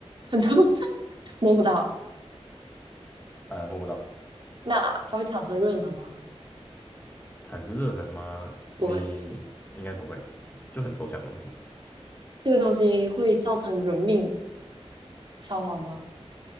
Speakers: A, on the right; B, on the left.
A: 很抽象，<laughs> 摸不到。
B: 呃，摸不到，
A: 那它会产生热能吗？
B: 产生热能吗？
A: 不会，
B: 你应该不会，就很抽象的东西。
A: 这个东西会造成人命。伤亡吗？